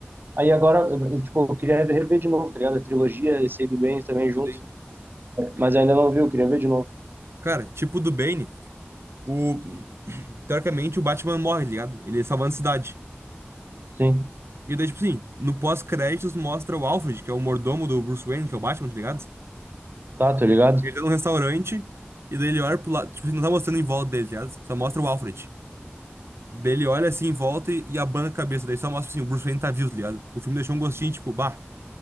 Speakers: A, on the right (about 55°); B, on the right (about 80°).
A: Aí agora, eu, tipo, eu queria rever de novo, tá ligado? A trilogia, esse aí do Bane também junto.
B: Sim.
A: Mas ainda não vi, eu queria ver de novo.
B: Cara, tipo do Bane, o, teoricamente o Batman morre, tá ligado? Ele salvando a cidade.
A: Sim.
B: E daí, tipo assim, no pós-créditos mostra o Alfred, que é o mordomo do Bruce Wayne, que é o Batman, tá ligado?
A: Tá, tô ligado?
B: Ele tá num restaurante, e daí ele olha pro lado, tipo, não tá mostrando em volta dele, tá ligado? Só mostra o Alfred. Daí ele olha assim em volta e, e abana a cabeça, daí só mostra assim, o Bruce Wayne tá vivo, tá ligado? O filme deixou um gostinho, tipo, bah,